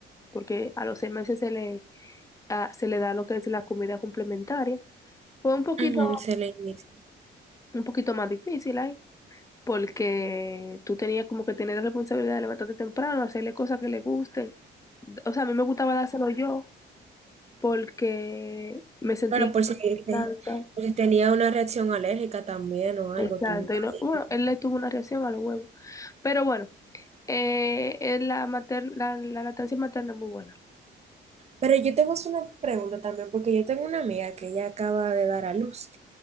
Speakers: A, on the left; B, on the right.
A: porque a los seis meses se le, ah, se le da lo que es la comida complementaria, fue un poquito,
B: Ujú, se le dice.
A: un poquito más difícil ahí, porque tú tenías como que tener la responsabilidad de levantarte temprano, hacerle cosas que le gusten. O sea, a mí me gustaba dárselo yo, porque me sentía
B: Pero
A: en
B: por si, te-
A: confianza.
B: por si tenía una reacción alérgica también o algo,
A: Exacto.
B: tú... estás
A: Y no-
B: ahí.
A: bueno, él le tuvo una reacción a los huevos. Pero bueno, eh, eh, la, mater- la, la lactancia materna es muy buena.
B: Pero yo te voy a hacer una pregunta también, porque yo tengo una amiga que ella acaba de dar a luz